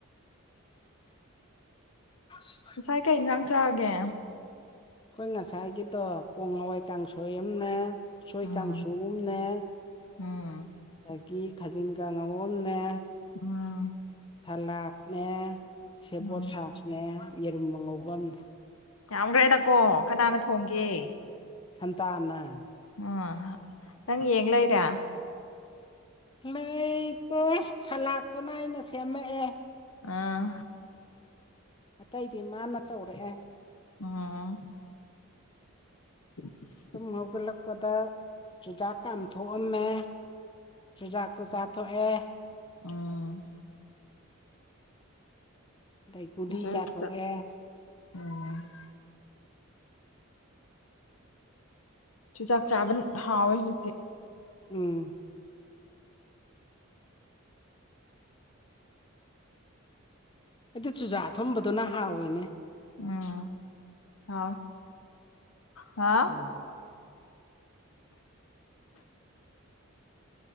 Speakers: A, on the left (about 25°); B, on the left (about 80°).
A: ꯑꯁ
B: ꯉꯁꯥꯏ ꯀꯩ ꯏꯟꯖꯥꯡ ꯆꯥꯒꯦ
A: ꯑꯈꯣꯏ ꯉꯁꯥꯏꯒꯤꯗꯣ ꯄꯣꯡ ꯍꯋꯥꯏ ꯀꯥꯡꯁꯣꯏ ꯑꯝꯅꯦ ꯎꯁꯣꯏ
B: ꯎꯝ
A: ꯀꯥꯡꯁꯨ ꯑꯝꯅꯦ
B: ꯎꯝ
A: ꯑꯗꯒꯤ ꯈꯥꯖꯤꯡ ꯀꯥꯡꯍꯧ ꯑꯝꯅꯦ
B: ꯎꯝ
A: ꯁꯂꯥꯥꯛꯅꯦ ꯁꯦꯕꯣꯠ
B: ꯎꯝ
A: ꯁꯥꯛ ꯅꯦ ꯌꯦꯔꯨꯝ ꯑꯉꯧꯕ ꯑꯝꯅꯦ
B: ꯌꯥꯝꯒ꯭ꯔꯦꯗꯀꯣ ꯀꯅꯥꯅ ꯊꯣꯡꯒꯦ
A: ꯁꯟꯇꯥꯅ
B: ꯑꯣ ꯅꯪ ꯌꯦꯡ ꯂꯩꯔꯦ
A: ꯂꯩꯇꯦ ꯁꯂꯥꯠꯇꯨꯅ ꯑꯩꯅ ꯁꯦꯝꯃꯛꯑꯦ
B: ꯑꯥ
A: ꯑꯇꯩꯗꯤ ꯃꯥꯅ ꯇꯧꯔꯛꯑꯦ
B: ꯑꯣ <inaudible>
A: ꯇꯨꯝ ꯍꯧꯒꯠꯂꯛꯄꯗ ꯆꯨꯖꯥꯛ ꯀꯥꯝꯊꯣꯛꯑꯝꯃꯦ ꯆꯨꯖꯥꯛꯇꯣ ꯆꯥꯊꯣꯛꯑꯦ
B: ꯎꯪ
A: ꯑꯗꯩ ꯒꯨꯂꯤ
B: <unintelligible>
A: ꯆꯥꯊꯣꯛꯑꯦ
B: ꯆꯨꯖꯥꯛ ꯆꯥꯕꯅ ꯍꯥꯎꯋꯦ ꯍꯧꯖꯤꯛꯇꯤ
A: ꯎꯝ ꯑꯩꯗꯨ ꯆꯨꯖꯥꯛ ꯑꯊꯨꯝꯕꯗꯨꯅ ꯍꯥꯎꯋꯤꯅꯦ
B: ꯎꯝ ꯍꯥꯎꯏ ꯍꯥ
A: ꯎꯝ